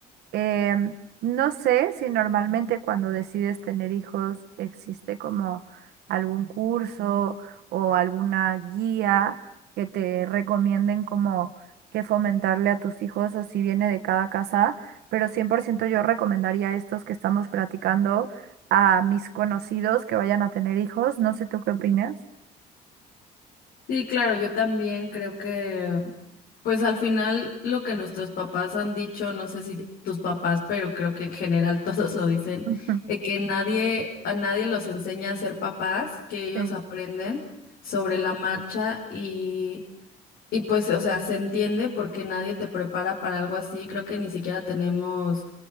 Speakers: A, on the right; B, on the left.
A: Em, no sé si normalmente cuando decides tener hijos existe como algún curso o alguna guía que te recomienden como que fomentarle a tus hijos o si viene de cada casa, pero 100% yo recomendaría estos que estamos platicando a mis conocidos que vayan a tener hijos. No sé tú qué opinas.
B: Sí, claro, yo también creo que, pues al final lo que nuestros papás han dicho, no sé si tus papás, pero creo que en general <laughs> todos lo dicen,
A: <laughs>
B: de que nadie, a nadie los enseña a ser papás, que ellos
A: Sí.
B: aprenden sobre la marcha y, y pues, o sea, se entiende porque nadie te prepara para algo así. Creo que ni siquiera tenemos